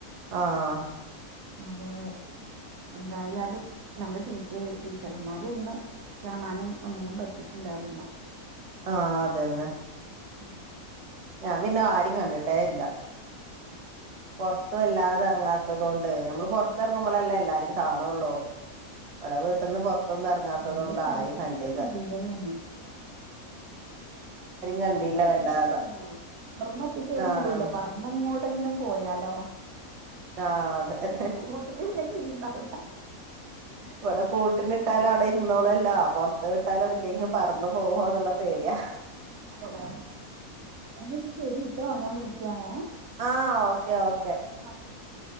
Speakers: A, on the right; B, on the right.
A: ആഹ്
B: അതേ എന്തായാലും നമ്മള് ടീ ട്ട് ടീച്ചർമാരെയൊന്നും കാണാനും ഒന്നിനും പറ്റീട്ട്ണ്ടാവില്ലാ
A: ആഹ് അതന്നെ
B: ഉം
A: ഞാൻ പിന്നെ ആരെയും കണ്ടിട്ടേയില്ലാ
B: ഉം
A: പൊറത്ത് വല്ലാതെ എറങ്ങാത്തതുകൊണ്ട് നമ്മള് പൊറത്തെറങ്ങുമ്പളല്ലേ എല്ലാരെയും കാണുള്ളൂ ഇവിടെ വീട്ട്ന്ന് പൊറത്തൊന്നും എറങ്ങാത്തത്
B: നമ്മള്
A: കൊണ്ട്
B: കൂട്ടിലിട്ട
A: ആരെയും കണ്ടീലാ
B: കിളികളാണ് പൊറത്ത്
A: കണ്ടില്ല
B: തൊറന്ന്
A: വല്ലാതെ
B: വിടൂലാ തൊറന്ന് ഒറ്റക്കെവിടെയും
A: ആഹ്
B: വിടൂലാ പറന്നെങ്ങോട്ടെങ്കിലും പോയാലോ
A: ആഹ് അതെ
B: കൂട്ടില് പിന്നെ കിളിണ്ടാവൂല
A: ഇവിടെ കൂട്ടിലിട്ടാലവിടെ ഇരുന്നോളല്ലോ പൊറത്ത് വിട്ടാലെവിടേക്കെങ്കും പറന്നു പോവോന്നുള്ള പേടിയാ
B: അതെയോ എന്നാ ഇനി ശെരിട്ടോ ഞാൻ വിളിക്കാവേ
A: ആഹ് ഓക്കെ ഓക്കെ
B: ആഹ് ശരി ശരി